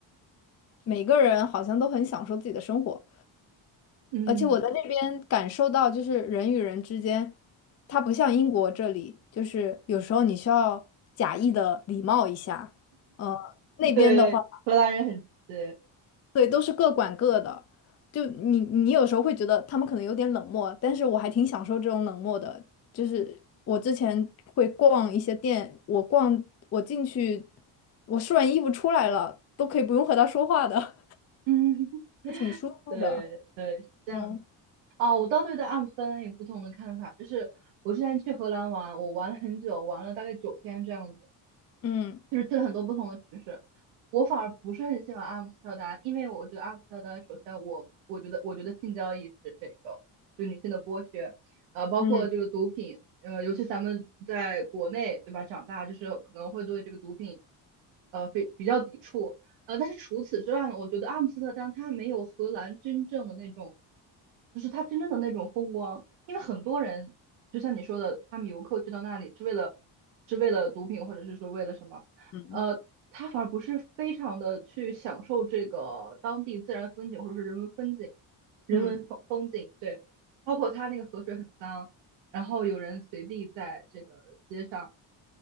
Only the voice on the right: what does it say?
嗯，
对，荷兰人很对，
嗯，<laughs>
对对，是这样子。
啊，我倒对待阿姆斯特丹有不同的看法，就是我之前去荷兰玩，我玩了很久，玩了大概九天这样子，
就是去了很多不同的城市。我反而不是很喜欢阿姆斯特丹，因为我觉得阿姆斯特丹，首先我我觉得我觉得性交易是这个对女性的剥削，呃，包括这个毒品，
呃，尤其咱们在国内对吧，长大就是可能会对这个毒品，呃，非比较抵触，呃，但是除此之外呢，我觉得阿姆斯特丹它没有荷兰真正的那种，就是它真正的那种风光，因为很多人就像你说的，他们游客去到那里是为了是为了毒品或者是说为了什么。
呃，他反而不是非常的去享受这个当地自然风景或者是人文风景，人文风风景，
对，包括他那个河水很脏，然后有人随地在这个街上